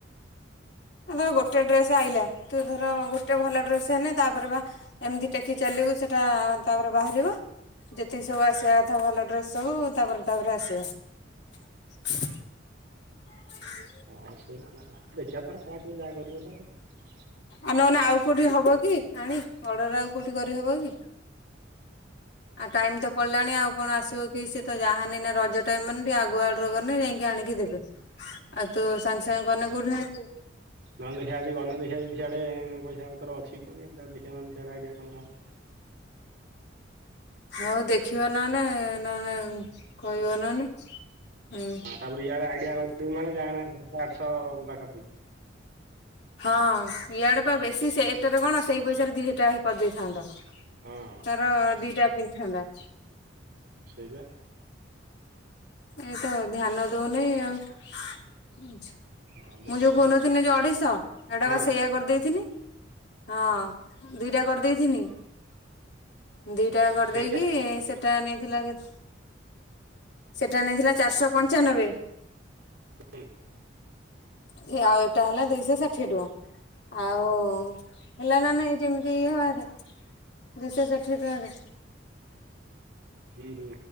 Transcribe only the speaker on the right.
ହଁ ସେ ଦେଖିବା ତାର କଣ କିଏ ଯାହା କରିବ ତାର
ନହଲେ ଦେଖିବା ଆଜି ଗଲେ ଦେଖିଆ ଯଦି ସିଆଡେ ପଇସା ପତର ଅଛି କଣ କେଆଣି ତା ଦେଖିଆ ନହେଲେ ସିଆଡେ ଆଇଡିଆ କଲେ ହବ।
ତାପରେ ୟାର ଆଇଡିଆ କରିଥୁ ମାନେ ଯାହନେ ସାତଶହ ଆଠଶହ ପାଖା ପା
ହଁ
ସେଇପା।
ହଁ ଦେଖିବା
ଦେଖିବା
ହଁ
ସେଇ
ହୁଁ।
ହୁଁ ହୁଁ